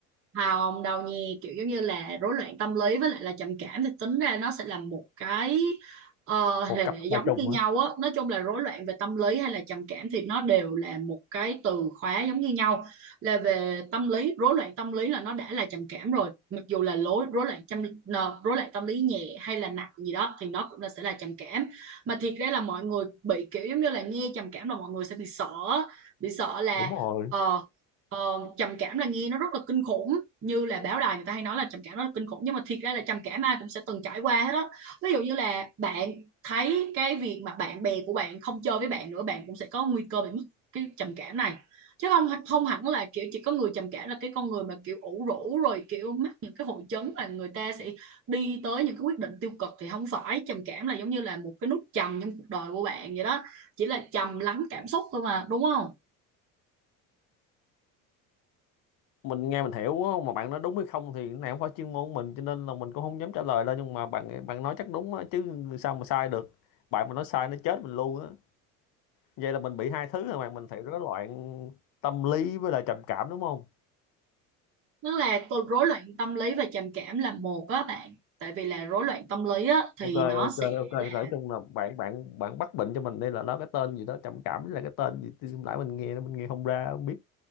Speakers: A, on the right; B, on the left.
A: Hồng đâu nhi kiểu giống như là rối loạn tâm lý với lại là trầm cảm thì tính ra nó sẽ là một cái ờ, hệ
B: một cặp
A: giống
B: ba trùng
A: như nhau
B: hả
A: á nói chung là rối loạn về tâm lý hay là trầm cảm thì nó đều là một cái từ khóa giống như nhau là về tâm lý rối loạn tâm lý là nó đã là trầm cảm rồi mặc dù là lối rối loạn tâm nờ, rối loạn tâm lý nhẹ hay là nặng gì đó thì nó cũng là sẽ là trầm cảm mà thiệt ra là mọi người bị kiểu giống như là nghe trầm cảm là mọi người sẽ bị sợ á. bị sợ là
B: đúng rồi
A: ờ, Ờ, trầm cảm là nghe nó rất là kinh khủng như là báo đài người ta hay nói là trầm cảm nó là kinh khủng nhưng mà thiệt ra là trầm cảm ai cũng sẽ từng trải qua hết đó ví dụ như là bạn thấy cái việc mà bạn bè của bạn không chơi với bạn nữa bạn cũng sẽ có nguy cơ bị mất cái trầm cảm này chứ không không hẳn là kiểu chỉ có người trầm cảm là cái con người mà kiểu ủ rũ rồi kiểu mắc những cái hội chứng là người ta sẽ đi tới những cái quyết định tiêu cực thì không phải trầm cảm là giống như là một cái nút trầm trong cuộc đời của bạn vậy đó chỉ là trầm lắng cảm xúc thôi mà đúng không
B: mình nghe mình hiểu á, mà bạn nói đúng hay không thì cái này không phải chuyên môn của mình cho nên là mình cũng không dám trả lời đâu nhưng mà bạn bạn nói chắc đúng á, chứ sao mà sai được bạn mà nói sai nó chết mình luôn á vậy là mình bị hai thứ rồi mà mình phải rối loạn tâm lý với lại trầm cảm đúng không
A: tức là tô- rối loạn tâm lý và trầm cảm là một á bạn tại vì là rối loạn tâm lý á thì
B: ok
A: nó
B: ok
A: sẽ
B: ok
A: là
B: nói chung là bạn bạn bạn bắt bệnh cho mình đây là nó cái tên gì đó trầm cảm với lại cái tên gì tôi lại mình nghe nó mình nghe không ra không biết